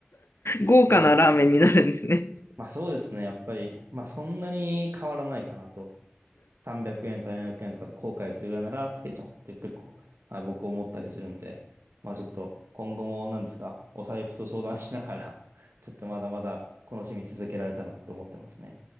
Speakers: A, on the left (about 75°); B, on the right (about 75°).
A: 豪華なラーメンになるんですね。
B: そうですね。まあそうですね、やっぱり、まあそんなに変わらないかなと。300円とか400円とかで後悔するようならつけちゃおうって結構、はい、僕思ったりするんで、まあちょっと今後も何ですか、お財布と相談しながら <laughs> ちょっとまだまだこの趣味続けられたなって思ってますね。